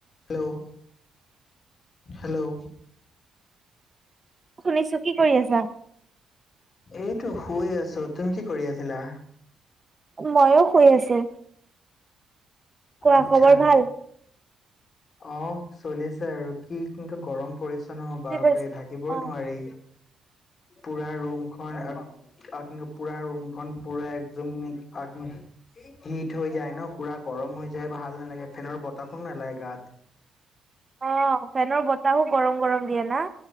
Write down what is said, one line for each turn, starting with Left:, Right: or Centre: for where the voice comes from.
Left: হেল্ল' হেল্ল'
Right: শুনিছো কি কৰি আছা
Left: এইটো শুই আছো তুমি কি কৰি আছিলা
Right: মইও শুই আছো। কোৱা
Left: আচ্ছা।
Right: খবৰ ভাল?
Left: অ চলি আছে আৰু কি কেনেকে গৰম। পৰিচ্ছন্ন হ বা
Right: কি কৰিছ
Left: প্ৰে থাকিবই
Right: অ
Left: নোৱাৰি। পুৰা ৰুম হয় আ পুৰা ৰুম খন পুৰা একদম হিট হৈ যায় ন পুৰা গৰম হৈ যায় ভাল নালাগে ফেনৰ বতাহ খ নালাগে গাত
Right: অ ফেনৰ বত তাহো গৰম গৰম দিয়ে না